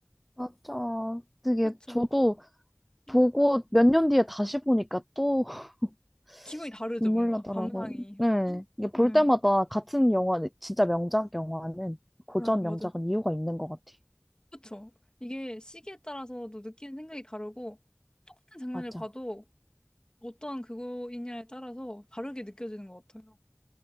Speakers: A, in the centre; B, on the left.
A: 맞아. 그게
B: 그쵸.
A: 저도
B: 네.
A: 보고 몇 년 뒤에 다시 보니까 또 <laughs>
B: 기분이 다르죠,
A: 눈물
B: 뭔가.
A: 나더라고요.
B: 감상이.
A: 네. 이게 볼
B: 네, 네,
A: 때마다 같은 영화, 진짜 명작 영화는 고전
B: 맞아요.
A: 명작은 이유가 있는 것 같아요.
B: 그쵸. 이게 시기에 따라서도 느끼는 생각이 다르고 똑같은 장면을
A: 맞아.
B: 봐도 어떤 그거이냐에 따라서 다르게 느껴지는 것 같아요.